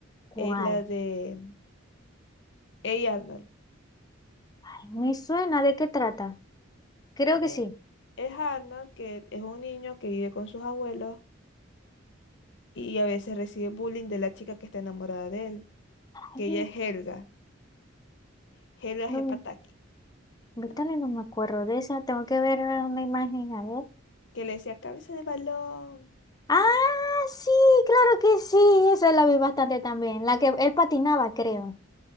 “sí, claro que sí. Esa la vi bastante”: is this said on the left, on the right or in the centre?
Left